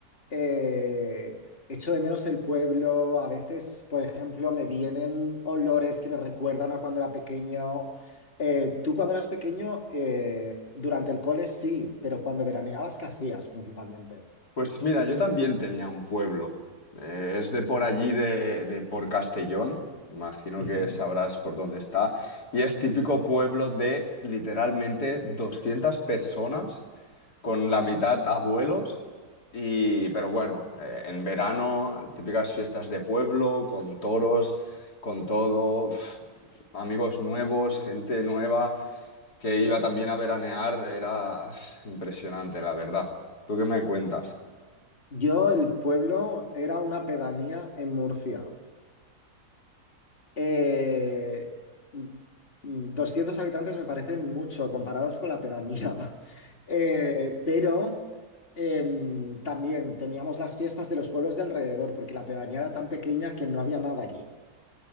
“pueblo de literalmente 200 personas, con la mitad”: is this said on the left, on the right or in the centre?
Left